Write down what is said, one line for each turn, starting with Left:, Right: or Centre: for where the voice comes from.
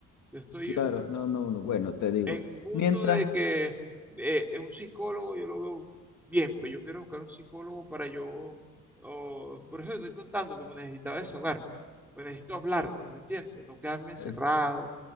Centre: Yo estoy
Left: Claro,
Centre: un-
Left: no, no, no, bueno, te digo,
Centre: en un punto
Left: mientras,
Centre: de que eh, un psicólogo yo lo veo bien, pues yo quiero buscar un psicólogo para yo, o- por eso te estoy contando, porque necesitaba desahogarme, pues necesito hablarlo, ¿me entiendes? No quedarme encerrado,
Left: es-